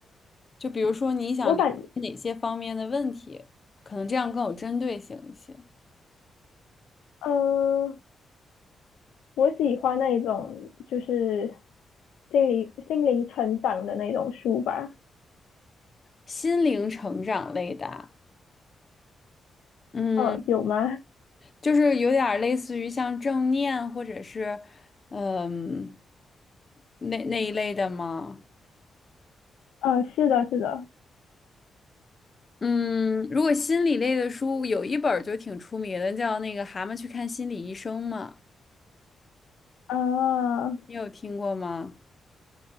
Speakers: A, on the left; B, on the left.
A: 就比如说你想了解哪些方面的问题，
B: 我感，
A: 可能这样更有针对性一些。
B: 呃，我喜欢那一种就是心理心灵成长的那种书吧。
A: 心灵成长类的啊嗯，
B: 呃，有吗？
A: 就是有点儿类似于像正念或者是嗯那那一类的吗？
B: 呃，是的，是的。
A: 嗯，如果心理类的书，有一本儿就挺出名的，叫那个《蛤蟆去看心理医生》嘛，
B: 啊，
A: 你有听过吗？